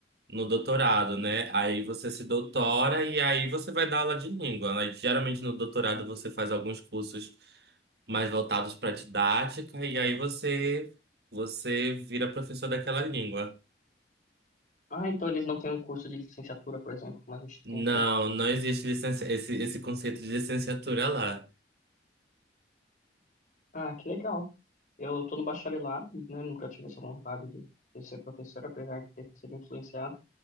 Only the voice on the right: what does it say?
no doutorado, né? Aí você se doutora e aí você vai dar aula de língua. Aí, geralmente no doutorado você faz alguns cursos mais voltados para didática e aí você você vira professor daquela língua.
Não,
não existe licença, esse, esse conceito de licenciatura lá.